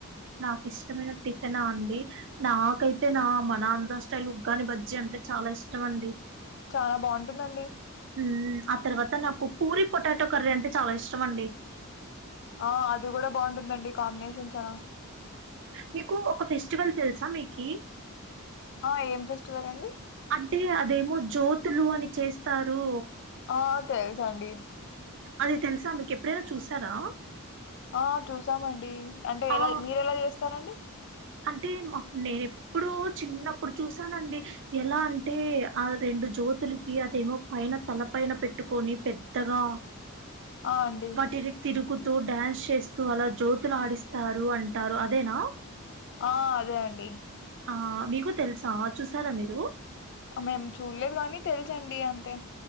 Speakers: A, on the right; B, on the left.
A: నాకు ఇష్టమైన టిఫెన్ అండి నాకైతే నా మన ఆంధ్ర స్టైల్ ఉగ్గాని బజ్జీ అం అంటే చాలా ఇష్టం అండి
B: చాలా బాగుంటుందండి
A: మ్మ్ ఆ తర్వాత నాకు పూరి పొటాటో కర్రీ అంటే చాలా ఇష్టం అండి
B: ఆ అది కూడా బాగుంటుందండి కాంబినేషన్ చనా
A: మీకు ఒక ఫెస్టివల్ తెలుసా మీకి
B: ఆ ఏం ఫెస్టివల్ అండి
A: టే అదేమో జ్యోతులు అని చేస్తారు
B: ఆ తెలుసండి
A: అది తెలుసా మీకు ఎప్పుడైనా చూసారా
B: ఆ చూసామండి అంటే
A: ఆ
B: ఎలా మీరు ఎలా చేస్తారండి
A: అంటే మప్ నేను ఎప్పుడు చిన్నప్పుడు చూసానండి ఎలా అంటే ఆ రెండు జ్యోతులకి అదేమో పైన తల పైన పెట్టుకొని పెద్దగా
B: ఆ అండి
A: వాటిని తిరుగు తు డ్యాన్స్ చేస్తూ అలా జ్యోతులడిస్తారు అంటారు అదేనా
B: ఆ అదే అండి
A: ఆ మీకు తెలుసా చూసారా మీరు
B: మేం చూడలేదు గానీ తెలుసండి అంతే